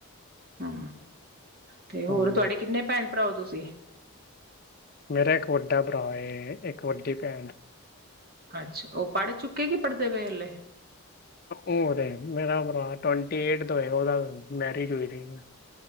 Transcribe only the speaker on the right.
ਹੂੰ ਤੇ ਹੋਰ
ਤੁਹਾਡੇ ਕਿੰਨੇ ਭੈਣ ਭਰਾ ਓ ਤੁਸੀਂ।
ਅੱਛਾ ਉਹ ਪੜ ਚੁੱਕੇ ਕੀ ਪੜ੍ਹਦੇ ਪਏ ਅਲੇ।